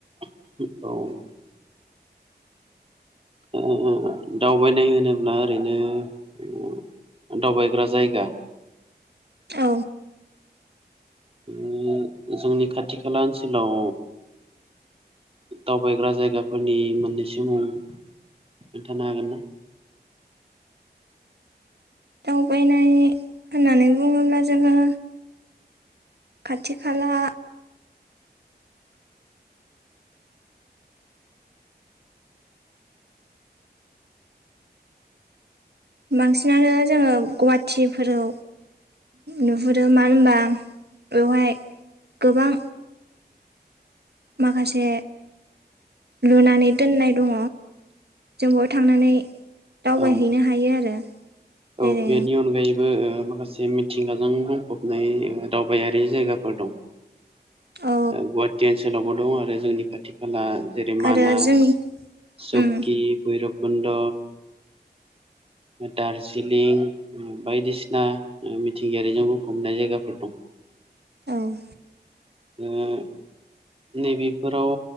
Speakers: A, on the right (about 35°); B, on the right (about 70°).
A: औ ओ दावबायनाय होनोब्ला ओरैनो ओ दावबायग्रा जायगा।
B: औ
A: ओ जोंनि खाथि खाला ओनसोलाव दावबायग्रा जायगाफोरनि मोननैसो मुं खोन्थानो हागोन ना?
B: दावबायनाय होननानै बुं बुङोब्ला जोङो खाथि खाला बांसिनानो जोङो गुवाहाटिफोराव नुहुरो मानो होमबा बेवहाय गोबां माखासे लुनानै दोननाय दङ जों बेयाव थांनानै दावबायहैनो
A: औ
B: हायो आरो जेरै
A: औ बेनि अनगायैबो ओ माखासे मि थिंगाजों बुंंफबनाय ओ दावबायारि जायगाफोर दं।
B: औ
A: ओ गुवाहाटि ओनसोलावबो दं आरो जोंनि खाथि खाला जेरै मानास
B: आरो जोंनि
A: सकि
B: उम
A: भैरबकुन्द दारजिलिं बायदिसिना ओ मिथिंगायारिजों बुंफबनाय जायगाफोर दं।
B: <inaudible> औ
A: ओ नै बेफोराव